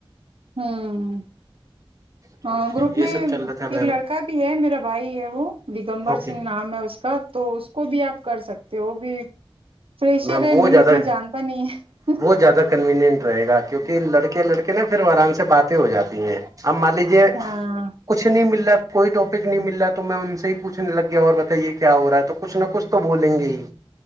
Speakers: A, on the right (about 75°); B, on the right (about 35°).
A: ہوں
B: تو
A: ہ گروپ
B: یہ
A: میں
B: سب چل رہا تھا
A: ایک
B: میم
A: لڑکا بھی ہے میرا بھائی ہے وہ دگمبر
B: اوکے
A: سنگھ نام ہے اس کا تو اس کو بھی آپ کر سکتے تو وہ بھی فریشر
B: میم
A: ہے
B: وہت
A: نیو
B: زیادہ
A: اتنا جانتا نہیں ہے
B: بہت زیادہ کنویننٹ رہے گا کیونکہ لڑکے لڑکے نا پھر آرام سے باتیں ہو جاتی ہیں اب مان لیجیے
A: ہاں
B: کچھ نہیں مل رہ کوئی ٹاپک نہیں مل رہا تو میں ان سے پوچھنے لگے اور بتائیے کیا ہو رہا ہے تو کچ نہ کچھ تو بولیں گے ہی